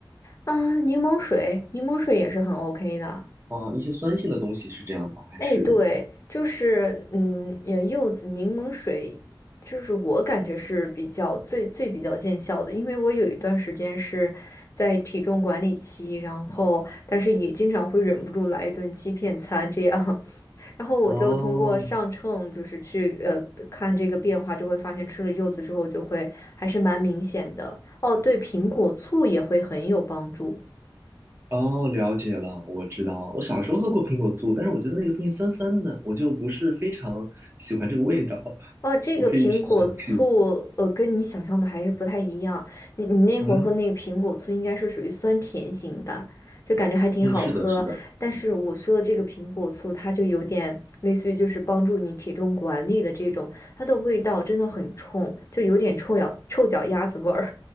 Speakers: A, on the left; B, on the right.
A: 啊，柠檬水，柠檬水也是很 OK 的。
B: 哦，一些酸性的东西是这样吗？还是？
A: 哎，对，就是嗯，也柚子柠檬水，就是我感觉是比较最最比较见效的，因为我有一段时间是在体重管理期，然后但是也经常会忍不住来一顿欺骗餐这样，<laughs> 然后我就通过上秤，
B: 哦，
A: 就是去呃看这个变化，就会发现吃了柚子之后就会还是蛮明显的。哦，对，苹果醋也会很有帮助。
B: 哦，了解了，我知道了我小时候喝过苹果醋，但是我觉得那个东西酸酸的，我就不是非常喜欢这个味道。
A: 哦，这个苹果醋，
B: 我可以去尝试一下。
A: 呃，跟你想象的还是不太一样。你你那会儿喝那个苹果醋，
B: 嗯
A: 应该是属于酸甜型的，就感觉还挺好喝。
B: 嗯，是的，是的。
A: 但是我说的这个苹果醋，它就有点类似于就是帮助你体重管理的这种，它的味道真的很冲，就有点臭脚臭脚丫子味儿。